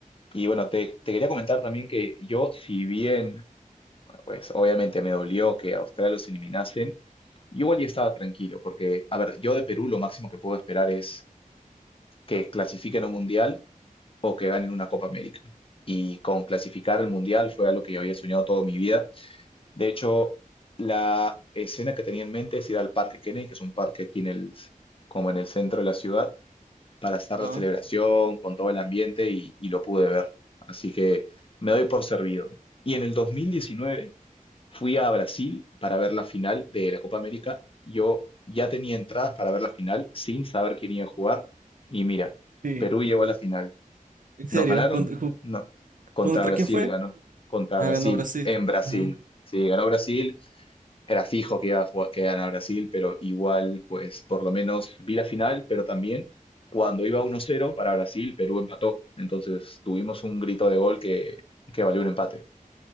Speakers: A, on the left; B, on the right.
A: Y bueno, te, te quería comentar también que yo, si bien, pues obviamente me dolió que a Australia los eliminasen, yo igual ya estaba tranquilo, porque, a ver, yo de Perú lo máximo que puedo esperar es que clasifiquen a un mundial o que ganen una Copa América. Y con clasificar al Mundial fue algo que yo había soñado toda mi vida. De hecho, la escena que tenía en mente es ir al Parque Kennedy, que es un parque aquí en el, como en el centro de la ciudad, para estar
B: Ah,
A: la celebración, con todo el ambiente y, y lo pude ver. Así que me doy por servido. Y en el 2019 fui a Brasil para ver la final de la Copa América. Yo ya tenía entradas para ver la final sin saber quién iba a jugar. Y mira,
B: sí.
A: Perú llegó a la final.
B: En serio,
A: ¿Nos ganaron?
B: ¿Contra, ju-
A: No. Contra
B: contra
A: Brasil
B: quién fue?
A: ganó. Contra
B: Ah,
A: Brasil,
B: ganó Brasil.
A: en Brasil.
B: Ah.
A: Sí, ganó Brasil. Era fijo que iba a jugar- que ganara Brasil, pero igual, pues por lo menos vi la final, pero también cuando iba uno cero para Brasil, Perú empató. Entonces tuvimos un grito de gol que, que valió un empate.